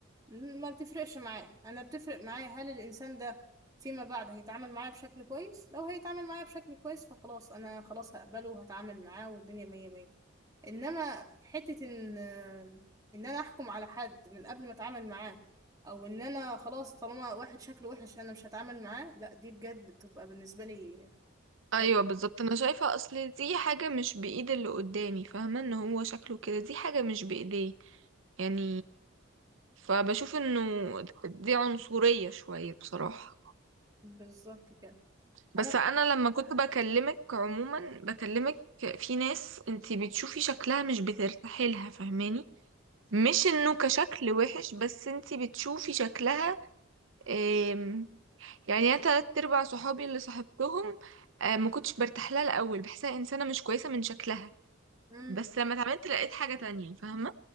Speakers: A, on the right (about 15°); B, on the right (about 65°).
A: م- ما بتفرقش معايا أنا بتفرق معايا هل الإنسان ده فيما بعد هيتعامل معايا بشكل كويس لو هيتعامل معايا بشكل كويس فخلاص أنا خلاص هقبله وهتعامل معاه والدنيا مية مية انما حتة ان ان انا احكم على حد من قبل ما اتعامل معاه او ان انا خلاص طالما واحد شكله وحش انا مش هتعامل معاه لا دي بجد بتبقى بالنسبة لي
B: ايوه
A: خد-
B: بالظبط انا شايفه اصل دي حاجه مش بايد اللي قدامي فاهمه ان هو شكله كده دي حاجه مش بايديه يعني فبشوف انه دي عنصريه شويه بصراحه
A: بالظبط كده
B: بس
A: انا
B: انا لما كنت بكلمك عموما بكلمك في ناس انتي بتشوفي شكلها مش بترتاحي لها فاهماني مش انه كشكل وحش بس انتي بتشوفي شكلها آم، يعني انا تلات ارباع صحابي اللي صاحبتهم آم، ما كنتش برتاح لها الاول بحسها انسانه مش كويسه من شكلها
A: امم
B: بس لما اتعملت لقيت حاجة تانية فاهمة